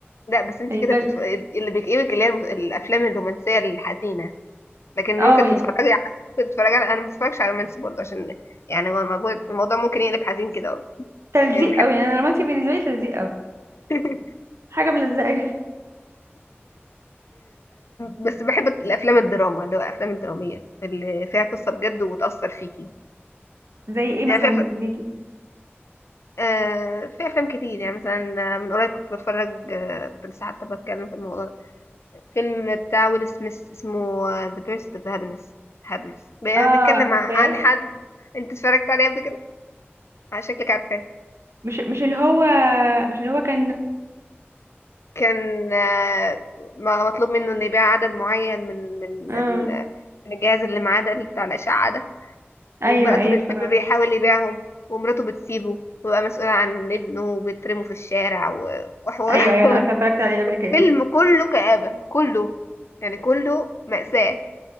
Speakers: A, on the left (about 80°); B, on the right (about 85°).
A: لا بس انت
B: يعني
A: كده
B: بجد
A: بتتف... اللي بيكئبك اللي هي الافلام الرومانسية الحزينة لكن
B: اه
A: ممكن تتفرجي
B: يعني
A: على ممكن تتفرجي على انا ما بتفرجش على رومانسي برضه عشان يعني هو الموضوع الموضوع ممكن يقلب حزين كده
B: تلزيق
A: يعني بحب
B: قوي يعني أنا الرومانسي بالنسبة لي تلزيق قوي
A: <laughs>
B: حاجة ملزقة
A: بس بحب الافلام الدراما اللي هو الافلام الدراميه اللي فيها قصه بجد وتاثر فيكي
B: زي ايه
A: يعني
B: مثلا
A: في أف...
B: ليكي
A: آه، في افلام كتير يعني مثلا من قريب كنت بتفرج آه، كنت لسه حتى بتكلم في الموضوع ده فيلم بتاع ويل سميث اسمه ذا بيرست اوف هابينس هابينس بيتكلم
B: اه عارفاه
A: عن عن حد انت اتفرجت عليه قبل كده على شكلك عارفاه
B: مش مش اللي هو مش اللي هو كان
A: كان آه، م- مطلوب منه انه يبيع عدد معين من من
B: اه
A: ال- من الجهاز اللي معاه ده اللي بتاع الاشعه ده
B: ايوه
A: وبقى
B: ايوه
A: طول الفيلم
B: فكرت
A: بيحاول يبيعهم ومراته بتسيبه وبقى مسؤول عن ابنه وبيترمه في الشارع و- وحوارات
B: ايوه ايوه انا
A: <laughs>
B: عارفه اتفرجت عليه قبل كده
A: فيلم كله كآبة كله يعني كله مأساة